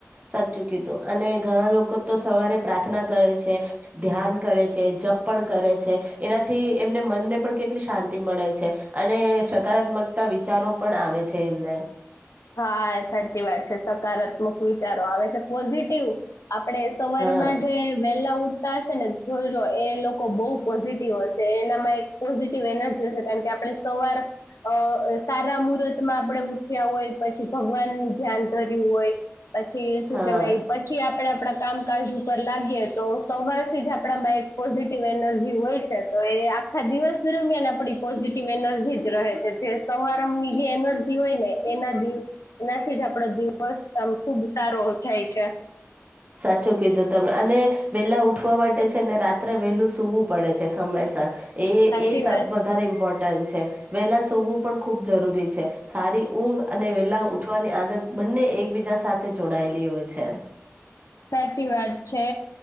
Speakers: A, on the right; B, on the left.
A: સાચું કિધું અને ઘણા લોકો તો સવારે પ્રાર્થના કરે છે ધ્યાન કરે છે જપ પણ કરે છે એનાથી એમને મનને પણ કેટલી શાંતિ મળે છે અને સકારાત્મકતા વિચારો પણ આવે છે એમને
B: હા સાચી વાત છે સકારાત્મક વિચારો આવે છે પોઝિટિવ આપડણે સવાર
A: હા
B: માં જે વેલા ઉઠતા હશે ને જોજો એ લોકો બહુ પોઝિટિવ હશે એનામાં એક પોઝિટિવ એનર્જી હશે કારણ કે આપણે સવાર અ સારા મુહૂર્ત માં આપણેે ઉઠ્યા હોય પછી ભગવાન ધ્યાન ધર્યું હોય પછી શું
A: હા
B: કેવાય પછી આપડે આપડા કામકાજ ઉપર લાગીએ તો સવારથી જ આપણામાં એક પોઝિટિવ એનર્જી હોય છે, તો એ આખા દિવસ દરમિયાન આપણી પોઝિટિવ એનર્જી જ રહે છે, જે તમાવારમ ની જે એનર્જી હોય ને એના <unintelligible> એનાથી જ આપડો દિવસ આમ ખુબ સારો થાય છે,
A: સાચું કીધું તમે અને વેલા ઉઠવા માટે છે, ને રાત્રે વેલું સુૂવું પડે છે સમયસર એ
B: સાચી
A: એ સ
B: વાત
A: વધારે ઇમ્પોર્ટન્ટ છે, વેલા સવું પણ ખુબ જરૂરી છે સારી ઊંઘ અને વેલા ઉઠવાની આદત બંને એકબીજા સાથે જોડાયેલી હોય છે.
B: સાચી વાત છે